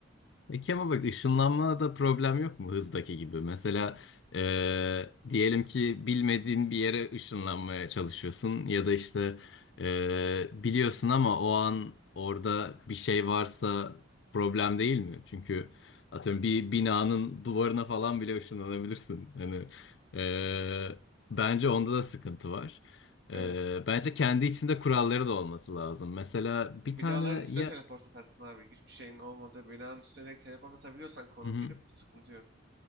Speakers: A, on the left; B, on the right.
A: Peki ama bak ışınlanmada problem yok mu hızdaki gibi? Mesela e, diyelim ki bilmediğin bir yere ışınlanmaya çalışıyorsun ya da işte e, biliyorsun ama o an orada bir şey varsa problem değil mi? Çünkü atıyorum bir binanın duvarına falan bile ışınlanabilirsin. Hani e, bence onda da sıkıntı var.
B: Evet.
A: E, bence kendi içinde kuralları da olması lazım. Mesela bir
B: Binaların
A: tane
B: üstüne
A: ya...
B: teleport atarsın abi. Hiçbir şeyin olmadığı binanın üstüne direkt teleport atabiliyorsan konum
A: Hı hı.
B: girip sıkıntı yok.